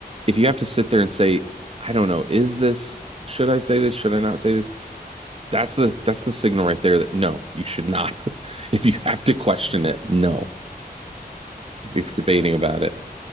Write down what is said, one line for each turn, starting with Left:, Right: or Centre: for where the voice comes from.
Right: if you have to sit there and say, I don't know, is this should I say this? Should I not say this? That's the that's the signal right there that no, you should not. <laughs> If you
Left: Right.
Right: have to question
Left: <laughs>
Right: it, no. If
Left: Yeah,
Right: you're
Left: exactly.
Right: debating about it.